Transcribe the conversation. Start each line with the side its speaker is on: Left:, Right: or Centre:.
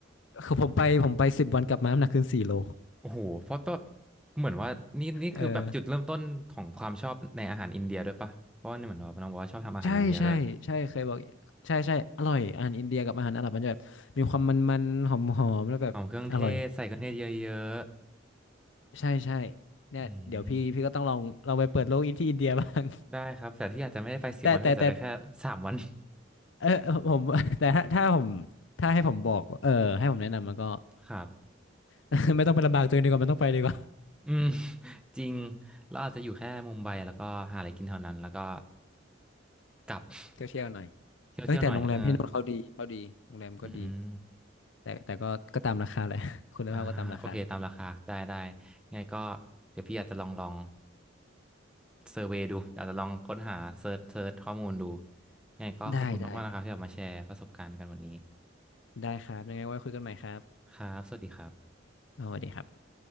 Left: คือผมไปผมไปสิบวันกลับมาน้ำหนักขึ้นสี่โล
Centre: โอ้โหเพราะก็เหมือนว่านี่นี่คือแบบจุดเริ่มต้นของความชอบในอาหารอินเดียด้วยปะเพราะว่านี่เหมือนว่าน้องบอกว่าชอบทำอาหารอินเดียด้วย
Left: เออใช่ใช่ใช่เคยบอกใช่ใช่อร่อยอาหารอินเดียกับอาหารอาหรับมันจะแบบมีความมันๆหอมๆแล้วแบบอร่อย
Centre: หอมเครื่องเทศใส่เครื่องเทศเยอะ
Left: ใช่ใช่
Centre: ๆอืม
Left: เนี่ยเดี๋ยวพี่พี่ก็ต้องลองลองไปเปิดโลกอินที่อินเดียบ้าง
Centre: ๆได้ครับแต่ที่อาจจะไม่ได้ไปสิบวันที่อาจจะไปแค่สามวัน
Left: <laughs> แต่แต่แต่เออผม <laughs> แต่ถ้าถ้าผมถ้าให้ผมบอกเออให้ผมแนะนำมันก็
Centre: <laughs> ครับ
Left: <laughs> ไม่ต้องไปลำบากตัวเองดีกว่ามันต้องไปดีกว่า
Centre: อืม <laughs> จริงเราอาจจะอยู่แค่มุมไบแล้วก็หาอะไรกินเท่านั้นแล้วก็กลับ <laughs>
Left: <laughs> เที่ยวเที่ยวหน่อย
Centre: เที่ยวเที่ยวหน่อยเออ
Left: เอ้ยแต่โรงแรมพี่นู่นเขาดีเขาดีโรงแรมก็ดี
Centre: อืม
Left: แต่แต่ก็ก็ตามราคาแหละ <laughs> คุณภาพก็ตามราคา
Centre: อ่าโอเคตามราคาได้ได้ไงก็เดี๋ยวพี่อาจจะลองลองเซอร์เวย์ดูอาจจะลองค้นหาเซิร์ชเซิร์ชข้อมูลดูไงก็ขอบคุณมากๆนะครับที่ออกมาแชร์ประสบการณ์กันวันนี้
Left: ได้ได้ได้ครับยังไงไว้คุยกันใหม่ครับ
Centre: ครับสวัสดีครับ
Left: สวัสดีครับ